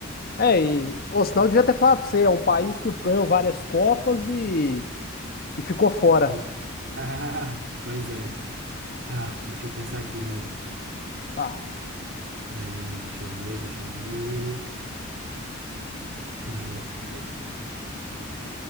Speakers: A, on the left; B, on the right.
A: É, e, ou senão eu devia ter falado pra você, é um país que ganhou várias copas e, e ficou fora.
B: <laughs> E- Ah, pois é. Tá, deixa eu pensar aqui no outro.
A: Tá.
B: É, deixa eu ver, deixa eu ver. É, peraí.